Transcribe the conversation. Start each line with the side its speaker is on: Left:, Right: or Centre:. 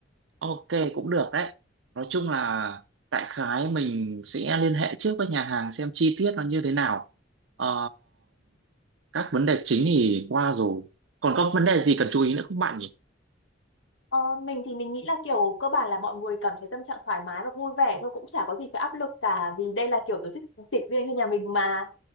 Right: ok cũng được đấy nói chung là đại khái mình sẽ liên hệ trước với nhà hàng xem chi tiết nó như thế nào Ờ, các vấn đề chính thì qua rồi còn có vấn đề gì cần chú ý nữa không bạn nhỉ
Left: Ờ, mình thì mình nghĩ là kiểu cơ bản là mọi người cảm thấy tâm trạng thoải mái và vui vẻ thôi cũng chả có gì phải áp lực cả vì đây là kiểu tổ chức tiệc riêng cho nhà mình mà